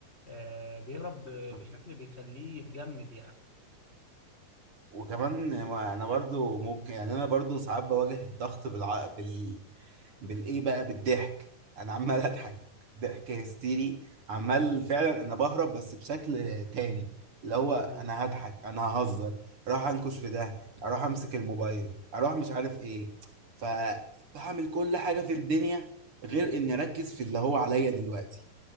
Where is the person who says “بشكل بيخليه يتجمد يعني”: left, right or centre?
Left